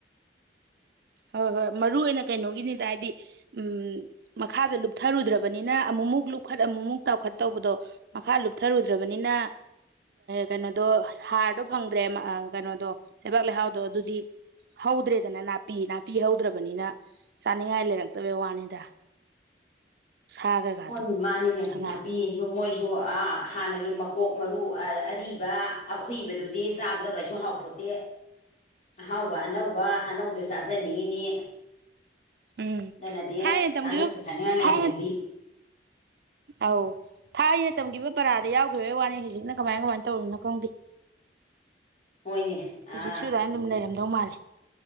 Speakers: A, on the right (about 60°); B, on the left (about 40°).
A: ꯍꯣꯏ ꯍꯣꯏ ꯃꯔꯨ ꯑꯣꯏꯅ ꯀꯩꯅꯣꯒꯤꯅꯤꯗ ꯍꯥꯏꯗꯤ ꯎꯝ ꯃꯈꯥꯗ ꯂꯨꯞꯊꯔꯨꯗ꯭ꯔꯕꯅꯤꯅ ꯑꯃꯨꯛꯃꯨꯛ ꯂꯨꯞꯈꯠ ꯑꯃꯨꯛꯃꯨꯛ ꯇꯥꯎꯈꯠ ꯇꯧꯕꯗꯣ ꯃꯈꯥ ꯂꯨꯞꯊꯔꯨꯗ꯭ꯔꯕꯅꯤꯅ ꯀꯩꯅꯣꯗꯣ ꯍꯥꯔꯗꯣ ꯐꯪꯗ꯭ꯔꯦ ꯀꯩꯅꯣꯗꯣ ꯂꯩꯕꯥꯛ ꯂꯩꯍꯥꯎꯗꯣ ꯑꯗꯨꯗꯤ ꯍꯧꯗ꯭ꯔꯦꯗꯅ ꯅꯥ ꯄꯄꯤ ꯅꯥꯄꯤꯍꯧꯗ꯭ꯔꯕꯅꯤꯅ ꯆꯥꯅꯤꯡꯉꯥꯏ ꯂꯩꯔꯛꯇꯕꯩ ꯋꯥꯅꯤꯗ ꯁꯥ ꯀꯩꯀꯥꯗꯣ
B: ꯍꯣꯏꯅꯦ ꯃꯥꯅꯤꯅꯦ
A: ꯁꯉꯥꯏ
B: ꯅꯥꯄꯤꯁꯨ
A: ꯀꯩꯀꯥꯗꯣ
B: ꯃꯣꯏꯁꯨ ꯑ ꯍꯥꯟꯅꯒꯤ ꯃꯀꯣꯛ ꯃꯔꯨ ꯑꯔꯤꯕ ꯑꯈꯣꯏꯏꯕꯗꯨꯗꯤ ꯆꯥꯕꯗ ꯀꯩꯁꯨ ꯍꯥꯎꯄꯣꯠꯇꯦ ꯑꯍꯥꯎꯕ ꯑꯅꯧꯕ ꯑꯅꯧꯗꯣ ꯆꯥꯖꯅꯤꯡꯉꯤꯅꯤ
A: ꯎꯝ
B: ꯑꯗꯨꯅꯗꯤ
A: ꯊꯥꯏ ꯇ
B: ꯆꯥꯅꯤꯡꯉ
A: ꯀ
B: ꯊꯛꯅꯤꯡꯉ ꯂꯩꯇ꯭ꯔꯗꯤ
A: ꯊ ꯑꯧ ꯊꯥꯏ ꯇꯝꯈꯤꯕ ꯄꯔꯥꯗ ꯌꯥꯎꯈꯤꯕꯒꯤ ꯋꯥꯅꯤ ꯍꯧꯖꯤꯛꯅ ꯀꯃꯥꯏ ꯀꯃꯥꯏꯅ ꯇꯧꯔꯤꯅꯣ ꯈꯪꯗꯦ
B: ꯍꯣꯏꯅꯦ ꯑꯥ
A: ꯍꯧꯖꯤꯛꯁꯨ ꯑꯗꯨꯅ ꯑꯗꯨꯝ ꯂꯩꯔꯝꯗ ꯗꯧ ꯃꯥꯂꯜꯂꯤ